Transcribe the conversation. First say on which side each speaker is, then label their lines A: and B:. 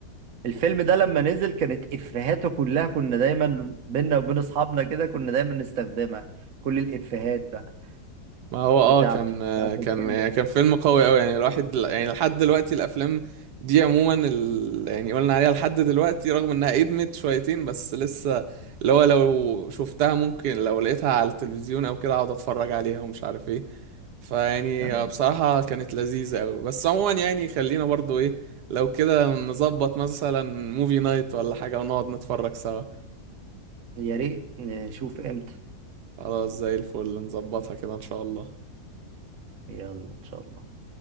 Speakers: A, on the right; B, on the right.
A: الفيلم ده لما نزل كانت إفيهاته كلها كنا دايما بينا وبين أصحابنا كده كنا دايما نستخدمها كل الإفيهات بقى
B: ما هو اه
A: بتاعته
B: كان
A: بتاعت
B: كان
A: الفيلم
B: يعني
A: ده
B: كان فيلم قوي قوي يعني الواحد يعني لحد دلوقتي الافلام دي عموما ال... يعني قلنا عليها لحد دلوقتي رغم انها ادمت شويتين بس لسه اللي هو لو شفتها ممكن لو لقيتها على التلفزيون او كده اقعد اتفرج عليها ومش عارف ايه فيعني
A: آه،
B: بصراحة كانت لذيذة قوي بس عموما يعني خلينا برضو ايه لو كده نظبط مثلا موفي نايت ولا حاجة ونقعد نتفرج سوا
A: يا ريت نشوف إمتى
B: خلاص زي الفل نظبطها كده ان شاء الله
A: يلا إن شاء الله